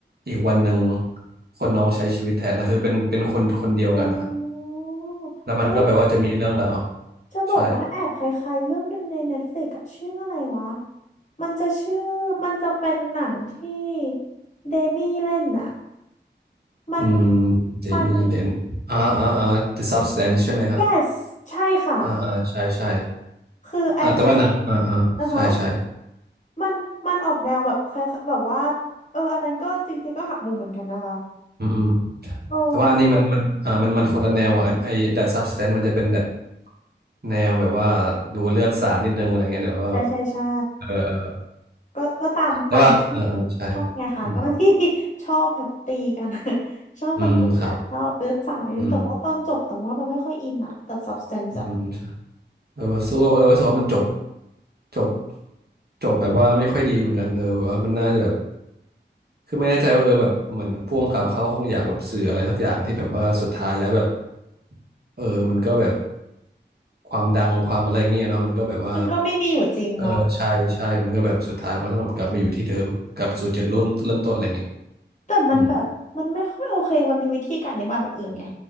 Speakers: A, on the right; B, on the left.
A: อีกวันหนึ่งคนน้องใช้ชีวิตแทนแต่คือเป็นเป็นคนคนเดียวกันนะครับ
B: <laughs> อ๋อ
A: แล้วมันก็แบบว่าจะมีเรื่องราว
B: เอ้ย จะบอกว่าแอบคล้ายๆเรื่องหนึ่งใน
A: ใช่
B: Netflix อะชื่ออะไรวะ มันจะชื่อ มันจะเป็นหนังที่เดมี่เล่นอะมัน
A: อืมเจมี่เลนอ่าอ่าอ่า
B: มัน
A: The Substance ใช่ไหมฮะ
B: yes ใช่ค่ะ
A: อ่าอ่าใช่ใช่
B: คือไอเดอะ
A: อ่าแต่ว่าหนังอ่าอ่าใช่ใช่
B: อ่ะฮะมัน มันออกแนวแบบคล้ายแบบว่า เออ อันนั้นก็จริงๆก็หักมุมเหมือนกันนะคะ
A: อืมอืม
B: โอ
A: แต่ว่าอันนี้มันมันอ่ามันมันคนละแนวกับอันไอ้
B: ้
A: That Substance มันจะเป็นแบบแนวแบบว่าดูเลือดสาดนิดนึงอะไรเงี้ยแต่ว่าแบบ
B: ใช่ใช่ใช่
A: เออเออ
B: ก็ก็ตามตามที่
A: แต่ว่าเออเออใช่
B: ชอบไงค่ะก็เป็นที่
A: อืม
B: <laughs> ชอบแบบตีกัน <laughs> ชอบคนตีกันชอบเลือดสาดนิดนึงแต่ว่าตอนจบตรงว่ามันไม่ค่อยอินอะแต่
A: อืมครับอืม
B: substance
A: อืมใช่
B: อะ
A: เออสู้กับเออรู้สึกว่ามันจบจบจบแบบว่าไม่ค่อยดีเหมือนกันเออแบบว่ามันน่าจะแบบคือไม่แน่ใจว่าเออแบบเหมือนพ่วงกับเขาคงอยากแบบสื่ออะไรสักอย่างที่แบบว่าสุดท้ายแล้วแบบเออมันก็แบบความดังความอะไรเงี้ยเนาะมันก็แบบว่า
B: มันก็ไม่มีอยู่จริงเนาะ
A: เออใช่ใช่มันก็แบบสุดท้ายมันก็ต้องแบบกลับมาอยู่ที่เดิมกลับไปสู่จุดเริ่มเริ่มต้นอะไรเงี้ย
B: แต่มันแบบมันไม่ค่อยโอเคมันมีวิธีการอธิบายแบบอื่นไง
A: อืม